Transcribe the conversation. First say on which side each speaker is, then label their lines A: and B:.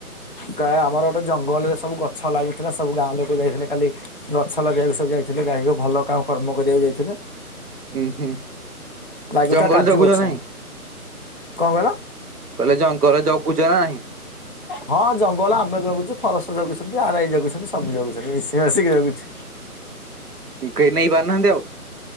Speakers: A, on the right; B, on the right.
A: ଗା ଆମର ଗୋଟେ ଜଙ୍ଗଲରେ ସବୁ ଗଛ ଲାଗୁଥିଲା ସବୁ ଗାଁ ଲୋକ ଯାଇଥିଲେ କାଲି ଗଛ ଲଗେଇବାକୁ ସବୁ ଯାଇଥିଲେ ଯାଇ ହୋଉ ଭ ଭଲ କ କର୍ମ କରିବାକୁ ଯାଇଥିଲେ
B: ଉଁ ହୁଁ
A: ଲାଗୁଥିଲା
B: ଜଙ୍ଗଲ
A: କାଜୁ
B: ଜଗୁଛ
A: ଗଛ।
B: ନାହିଁ
A: କଣ କହିଲ?
B: କହିଲେ ଜଙ୍ଗଲ ଜଗୁଛ ନା ନାହିଁ?
A: ହଁ ଜଙ୍ଗଲ ଆମେ ଜଗୁଛୁ ଫରେସ ଜଗୁଛନ୍ତି ଆରାଇ ଜଗୁଛନ୍ତି ସବୁ ଜଗୁଛନ୍ତି ମିଶି ମାଶିକି ଜଗୁଚୁ।
B: କେହି ନେଇ ପାରୁନାହାନ୍ତି ଆଉ।